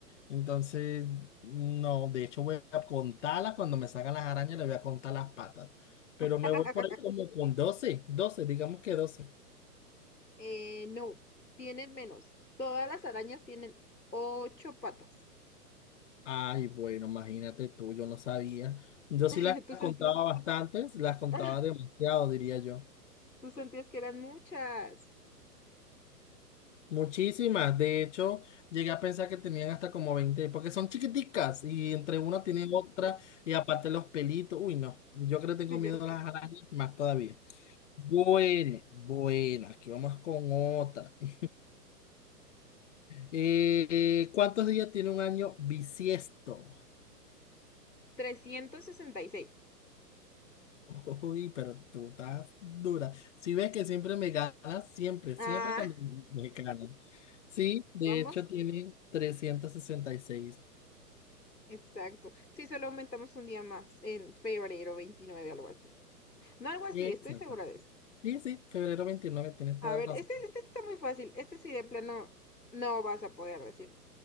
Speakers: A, on the left; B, on the left.
A: Entonces, no, de hecho voy a contarlas cuando me salgan las arañas, le voy a contar las patas. Pero
B: <laughs>
A: me voy por ahí como con doce, doce, digamos que 12.
B: Eh, no, tienen menos. Todas las arañas tienen ocho patas.
A: Ay, bueno, imagínate tú, yo no sabía. Yo sí
B: <laughs>
A: las
B: Tú sentías,
A: contaba bastantes, las contaba
B: ah,
A: demasiado, diría yo.
B: tú sentías que eran muchas.
A: Muchísimas, de hecho, llegué a pensar que tenían hasta como 20, porque son chiquiticas y entre una tienen otra
B: <laughs>
A: y aparte los pelitos. Uy, no, yo creo que tengo
B: Sí,
A: miedo
B: ya sé.
A: a las arañas más todavía. Bueno, bueno, aquí vamos con otra. <laughs> Eh, ¿cuántos días tiene un año bisiesto?
B: trescientos sesenta y seis.
A: <laughs> Uy, pero tú estás dura. Si ves que siempre me ganas, siempre,
B: Ah,
A: siempre cuando me ganas. Sí, de
B: <laughs> vamos.
A: hecho tiene trescientos sesenta y seis
B: Exacto. Sí, solo aumentamos un día más, en febrero 29, algo así. No algo así,
A: Exacto.
B: estoy segura de eso.
A: Sí, sí, febrero veintinueve tienes
B: A
A: toda
B: ver,
A: la razón.
B: este, este está muy fácil. Este sí de plano no vas a poder decir